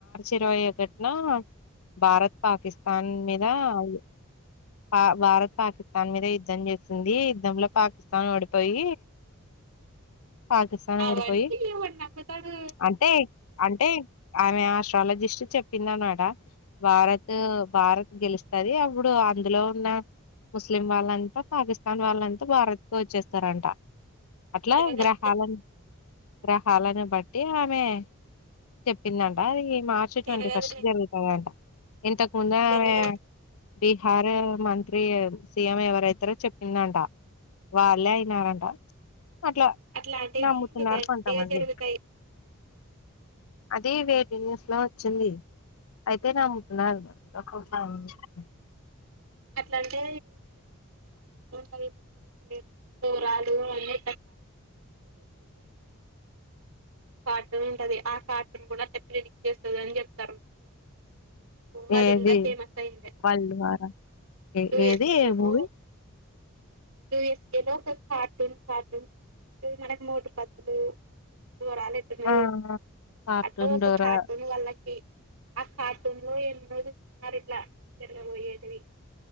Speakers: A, on the left; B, on the right.
A: ఇరవై ఒకటిన భారత్ పాకిస్తాన్ మీదయ పా భారత్ పాకిస్తాన్ మీద యుద్ధం చేసింది యుద్ధంలో పాకిస్తాన్ ఓడిపోయి పాకిస్తాన్
B: అవండి
A: ఓడిపోయి
B: అతడు
A: అంటే అంటే ఆమె ఆస్ట్రాలజిస్ట్ చెప్పిందినమాట. భారత్ భారత్ గెలుస్తది అప్పుడు అందులో ఉన్న ముస్లిం వాళ్ళంతా, పాకిస్తాన్ వాళ్ళంతా భారత్ కే వచ్చేస్తారంట. అట్లా
B: జరగదులే
A: గ్రహాలను గ్రహాలను బట్టి ఆమె చెప్పిందంట! అది మార్చ్
B: జరగదులే
A: ట్వంటీ ఫస్ట్ జరగు తాదంట. ఇంతకుముందే
B: జరగదు
A: ఆమె బీహార్ మంత్రి సీ ఎం ఎవరైతారో చెప్పిందంట. వాల్లే అయినారంట. అట్లా
B: అట్లాంటివి
A: నమ్ముతున్నారు
B: దండిగా
A: కొంతమంది.
B: జరుగుతాయి
A: అది వే టు న్యూస్ లో వచ్చింది. అయితే నమ్ముతున్నారు ఒక <unintelligible>
B: అట్లా అంటే కలిగుంది దరాాల కార్టూన్ ఉంటది ఆ కార్టూన్ కూడా టప్పలు ఎక్ చేస్తుంది అని చెప్తారు ఓ అది
A: ఏది
B: ఇకా ఫేమస్ా ఇంద
A: వరల్డ్ వార్ ఏది
B: ఎస్ఏ
A: ఏ
B: లో
A: మూవీ
B: ఎస్ఏలో ఒక కార్టన్ ఇ మకు మోటు పత్రలు దూరాలు ఎతున్నాయి
A: ఆ కార్టూన్
B: అట్లా ఒక
A: డోరా
B: కార్టూన్ వాళ్ళకి ఆ కార్టూన్ లో ఎన్నో చూస్తున్నారు ఇట్లా జరగబోయేటివి